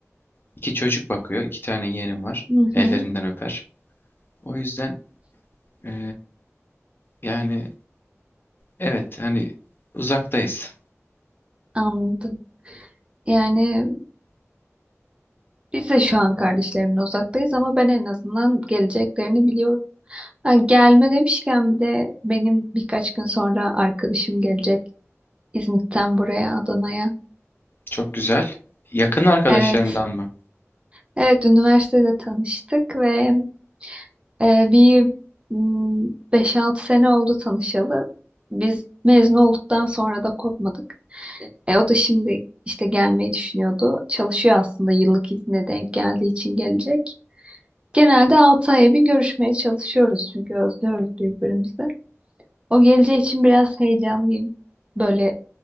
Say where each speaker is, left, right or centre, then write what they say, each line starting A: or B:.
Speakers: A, on the left; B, on the right.
A: İki çocuk bakıyor, iki tane yeğenim var.
B: Hı
A: Ellerinden
B: hı.
A: öper. O yüzden eee, yani evet hani uzaktayız.
B: Anladım. Yani Biz de şu an kardeşlerimle uzaktayız ama ben en azından geleceklerini biliyorum. Ha, gelme demişken bir de benim birkaç gün sonra arkadaşım gelecek İzmit'ten buraya Adana'ya.
A: Çok güzel. Yakın arkadaşlarından
B: Evet,
A: mı?
B: evet üniversitede tanıştık ve e, bir mm, 5-6 sene oldu tanışalı. Biz mezun olduktan sonra da kopmadık. E, o da şimdi işte gelmeyi düşünüyordu. Çalışıyor aslında yıllık izne denk geldiği için gelecek. Genelde 6 aya bir görüşmeye çalışıyoruz çünkü özlüyoruz birbirimizi. O geleceği için biraz heyecanlıyım. Böyle